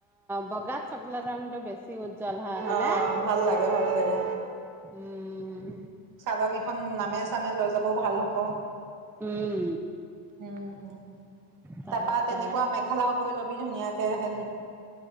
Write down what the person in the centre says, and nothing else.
বগা চকলেট ৰংটো বেছি উজ্জ্বল হয় হয়নে
উম
উম,
তাৰপিছত